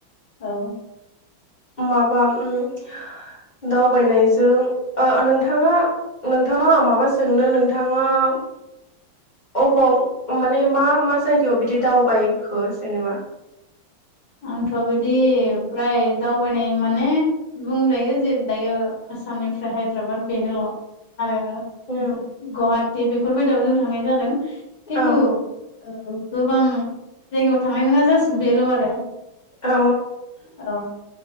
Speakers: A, on the left; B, on the left.
A: औ
B: माबा उम दावबायनायजों ओ नोंथाङा नोंथांनाव माबा सोंनो नोंथाङा <inaudible> अबाव माने मा मा जायगायाव बिदि दावबायखो जेनेबा
A: आंथ बिदि फ्राय दावबायनाय माने बुंजायो जे दायो आसामनिफ्राय हायद्राबाद बेनोल आरो
B: औ
A: गुवाहाटि बेफोरबायदियाव जों थांनाय जादों खिन्थु
B: औ
A: औ गोबां जायगायाव थांनाय नङा जास्ट बेल आरो
B: औ
A: औ